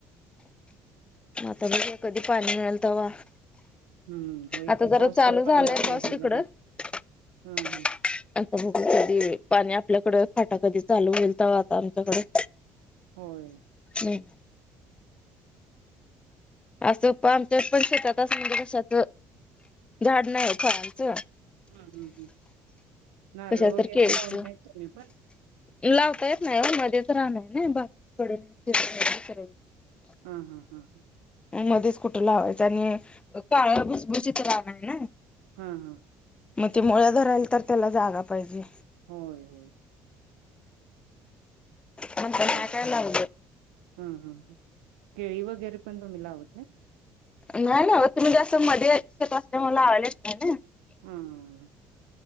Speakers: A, on the left; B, on the right.
A: मता ब कधी पाणी एल त वा
B: हम्म होय
A: आता
B: की
A: जरा
B: पाऊस
A: चालू
B: तर पडला
A: झालंय
B: पाहिजे
A: बस तिकड
B: जरा
A: आता
B: हा हा
A: की <unintelligible> पाण्यात आपल्याकडे फाटा कधी चालू होईल तर आता आमच्याकडे
B: होय
A: ते <unintelligible> असं प आमच्या पण शेतात असं म्हणजे कशाच झाड नाही ख आमचं
B: हम्म हम्म हम् नारळ
A: कशाच
B: वगैरे
A: तर केळीचं
B: लावून नाहीेत तुम्ही पण
A: लावता येत नाही हो मध्येच राहणार ना बाकी कडे नाही श सची <unintelligible>
B: हा हा हा हा
A: मध्येच कुठे लावायचं आणि काळ भुसभुशीत त्याला नाय ना
B: हा हा
A: मग ते मुळ ध राहिल तर त्याला जागा पाहिजे.
B: होय होय
A: म्हणताना
B: आणि
A: काय लावलं.
B: हा हा ह केळी वगैरे पण तुम्ही लावत नाही?
A: नाही लावत तुम्ही जां मध्ये इच्छत असल्या मला आवलेच नाही ना.
B: हा